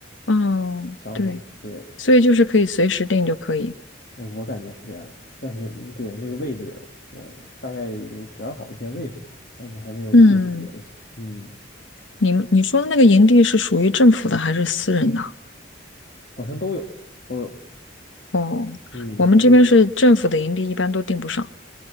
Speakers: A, on the left (about 80°); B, on the left (about 55°).
A: 哦，
B: 抢手，
A: 对，
B: 对，
A: 所以就是可以随时定就可以。
B: 我我感觉是这样的但是嗯对那个位置，我大概有选好一些位置，但是还没有具体联系，
A: 嗯，
B: 嗯，
A: 你们你说的那个营地是属于政府的还是私人的啊
B: 好像都有都有。
A: 哦，
B: 嗯，
A: 我们这边是政府的营地，
B: 还有
A: 一般都定不上，